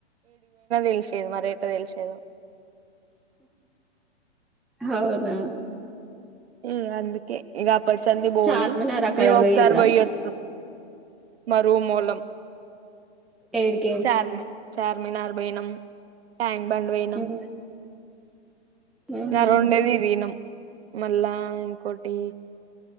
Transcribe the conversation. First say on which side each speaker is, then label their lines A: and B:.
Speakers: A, on the right; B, in the centre.
A: తెలిసేది మరి ఎట్ట తెలిసేదో
B: అవునా
A: ఇగ అందుకే ఇక అప్పటిసంది బోలే
B: చార్మినార్ అక్కడ
A: మేము
B: పోయిర్రా
A: ఒకసారి బోయ్యి అచినం మా రూమోళ్ళం
B: ఏడికి
A: చార్మి చార్మినార్ బెనం ట్యాంకు బండ్ వేనం
B: ఉ ఉహు
A: గ రెండే మేమ్ దినమ్ మళ్ళా ఇంకోొటి